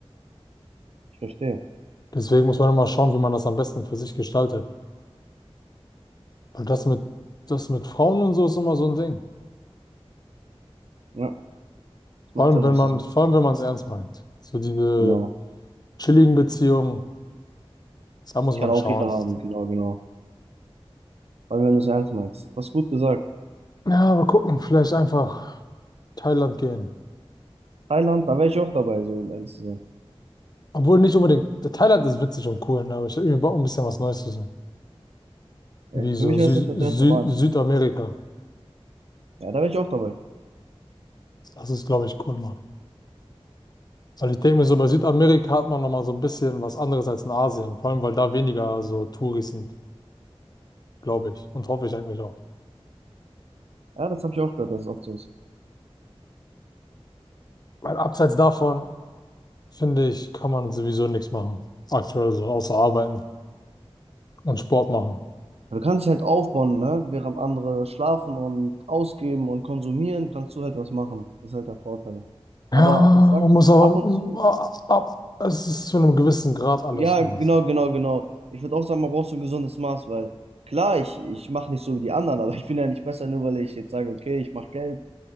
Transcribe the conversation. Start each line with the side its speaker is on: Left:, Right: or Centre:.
Right: Ich verstehe.
Left: Deswegen muss man immer schauen, wie man das am besten für sich gestaltet. Weil das mit, das mit Frauen und so ist immer so ein Ding.
Right: Ja, es
Left: Vor
Right: macht
Left: allem,
Right: Sinn,
Left: wenn
Right: was
Left: man,
Right: du sagst.
Left: vor allem, wenn man es ernst meint. So diese
Right: Genau.
Left: chilligen Beziehungen, da muss
Right: Ich
Left: man
Right: kann auch
Left: schauen.
Right: jeder haben, genau, genau. Vor allem, wenn du es ernst meinst. Was gut gesagt.
Left: Ja, mal gucken, vielleicht einfach Thailand gehen.
Right: Thailand, da wäre ich auch dabei, so um ehrlich zu sein.
Left: Obwohl nicht unbedingt, Thailand ist witzig und cool, ne? Aber ich habe irgendwie Bock, ein bisschen was Neues zu sehen.
Right: Äh,
Left: Wie
Right: Für
Left: so
Right: mich
Left: Sü
Right: wäre es das das erste
Left: Sü
Right: Mal.
Left: Südamerika.
Right: Ja, da wäre ich auch dabei.
Left: Das ist, glaube ich, cool, mal. Weil ich denke mir so, bei Südamerika hat man nochmal so ein bisschen was anderes als in Asien. Vor allem, weil da weniger so Touris sind, glaube ich. Und hoffe ich eigentlich auch.
Right: Ja, das habe ich auch gehört, dass es oft so ist.
Left: Weil abseits davon, finde ich, kann man sowieso nichts machen. Aktuell so, außer arbeiten und Sport machen.
Right: Du kannst dich halt aufbauen, ne? Während andere schlafen und ausgeben und konsumieren, kannst du halt was machen. Das ist halt der Vorteil.
Left: Ja,
Right: Aber ich sag,
Left: man muss aber,
Right: ab
Left: mm,
Right: und zu,
Left: ab, ab, es ist zu einem gewissen Grad alles
Right: ja,
Left: so.
Right: genau, genau, genau. Ich würde auch sagen, man braucht so ein gesundes Maß, weil klar, ich, ich mache nicht so wie die anderen, <laughs> aber ich bin ja nicht besser, nur weil ich jetzt sage, okay, ich mache Geld